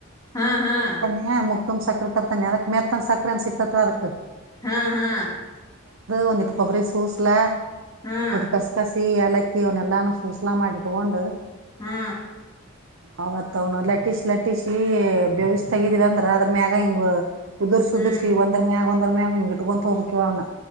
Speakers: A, on the left (about 20°); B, on the right (about 70°).
A: ಹಾ ಹಾ
B: ಹ ತನಿ ಮುಕ್ ತುಂಬ್ ಸಕ್ಕರೆ ತರ್ತಾನಿ ಅದಕ್ ಮೆತ್ಂದ ಸಕರೆ ಅನ್ ಸಿಕ್ತತ ಅದಕ್
A: ಹಾ ಹಾ
B: ಒಂದಿಟ್ ಕೊಬ್ಬರಿ ಸೂಸಲ
A: ಹಾ
B: ಕಸ ಕಸಿ ಏಲಕ್ಕಿ ಅವನ್ ಎಲ್ಲಾನು ಪೂಸ್ಲ ಮಾಡ್ ಇಟ್ಕೊಂಡು
A: ಹಾ
B: ಅವತ್ ಅವ್ನು ಲಟ್ಟಿಸ್ ಲಟ್ಟಿಸಿ ಬೇವಿಸ ತಗಿದಿವವಿ ಅಂದ್ರ ಅದ್ರ ಮ್ಯಾಗ ಹಿಂಗ ಉದರ್ಶಿ
A: ಹ್ಮ್
B: ಉದುಶ್ರಿ ಒಂದರಮೇಗ ಒಂದರಮೇಗ ಇಂಗುಟ್ಕೊಂತ ಹೋಗ್ಬೇಕಿವಾಗ